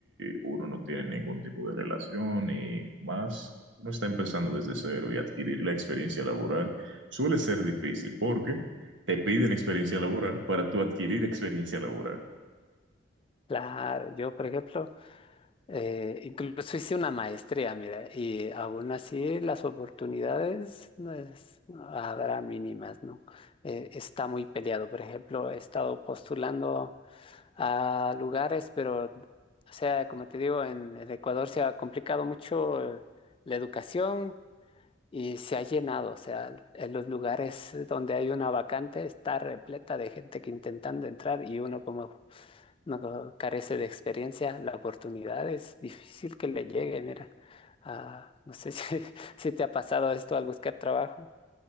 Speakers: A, on the right (about 80°); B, on the left (about 30°).
A: uno no tiene ningún tipo de relación y más no está empezando desde cero y adquirir la experiencia laboral suele ser difícil porque te piden experiencia laboral para tú adquirir experiencia laboral.
B: Claro, yo, por ejemplo, eh, incluso hice una maestría, mira, y aún así las oportunidades no es- no habrá mínimas, ¿no? Eh, está muy peleado. Por ejemplo, he estado postulando. a lugares, pero, o sea, como te digo, en, el Ecuador se ha complicado mucho eh, la educación y se ha llenado, o sea, en los lugares donde hay una vacante está repleta de gente que intentando entrar y uno como no carece de experiencia, la oportunidad es difícil que le llegue, mira. Ah, no sé <laughs> si, si te ha pasado esto al buscar trabajo.